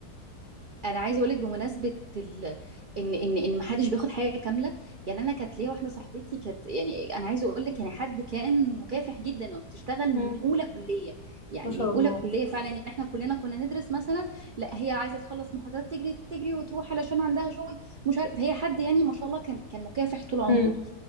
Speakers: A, on the right (about 55°); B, on the left (about 50°).
A: انا عايزه اقول لك بمناسبه ال... ان ان ان ما حدش بياخد حاجه كامله يعني انا كانت ليا واحده صاحبتي كانت يعني انا عايزه اقول لك يعني حد كان مكافح جدا وبتشتغل
B: امم
A: من اولى كليه يعني
B: ما شاء
A: من اولى
B: الله
A: كليه فعلا ان احنا كلنا كنا ندرس مثلا لا هي عايزه تخلص محاضرات تجري تجري وتروح علشان عندها شغل مش عارف هي حد يعني ما شاء الله كان كان مكافح طول عمره
B: امم